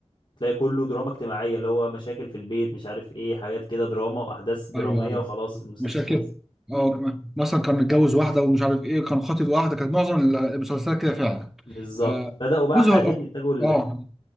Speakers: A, on the left; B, in the centre.
A: تلاقي كله دراما اجتماعيه اللي هو مشاكل في البيت مش عارف ايه حاجات كده دراما واحداث دراميه
B: ايوه ايوه
A: وخلاص المسلسل
B: مشاكل
A: خلص
B: اه كمان. مثلا كان متجوز واحده ومش عارف ايه كان خاطب واحده كانت معظم ال- المسلسلات كده فعلا
A: بالظبط
B: آه
A: بدأوا بقى
B: بص
A: حاليا
B: هو
A: يتجهوا
B: اه